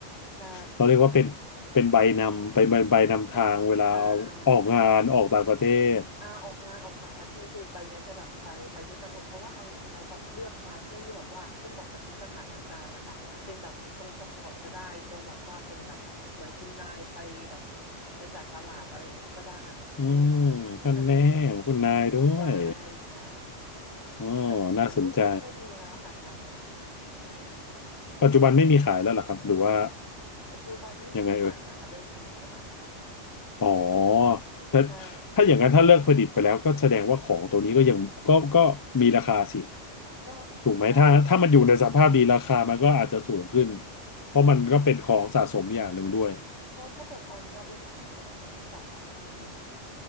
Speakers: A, on the left; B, on the left.
A: ใช่
B: เราเรียกว่าเป็นเป็นใบนำเป็นใบใบนำทางเวลา
A: เป็นอ่า
B: ออกงานออกต่างประเทศ
A: ใช่อ่าออกงานออกต่างประเทศคือใบเนี้ยจะแบบไปไปด้วยกันหมดเพราะว่าเอาจริงๆแล้วแบบเลือกมาเพื่อที่แบบว่าให้เหมาะกับทุกสถานการณ์นะคะเป็นแบบทรงสปอร์ตก็ได้ทรงแบบว่าเป็นแบบเหมือนคุณนายไปแบบไปแต่ตลาดอะไรเงี้ยก็ได้อืม
B: อืมท่านแน่
A: <laughs>
B: คุณนายด้วย
A: ใช่ใช่
B: อ๋อ
A: แต่เหมือนรุ่นนี้ก็ไม่มีแล้วค่ะตอนเนี้ย
B: น่าสนใจ
A: อืม
B: ปัจจุบันไม่มีขายแล้วเหรอครับหรือว่า
A: ปัจจุบันไม่มีขายแล้วค่ะเลิกผลิตไปแล้ว
B: ยังไงเอ่ยอ๋อถ้า
A: ใช่
B: ถ้าอย่างนั้นถ้าเลิกผลิตไปแล้วก็แสดงว่าของตัวนี้ก็ยังก็ก็มีราคาสิ
A: ก็มีราคาใช่ใช่
B: ถูกไหมถ้าถ้ามันอยู่ในสภาพดีราคามันก็อาจจะสูงขึ้น
A: ใช่
B: เพราะมันก็เป็นของสะสมอย่างหนึ่งด้วย
A: ก็ถ้าเปิดตอนนี้เอาไปขายก็น่าจะไม่ต่ำกว่าห้าหมื่น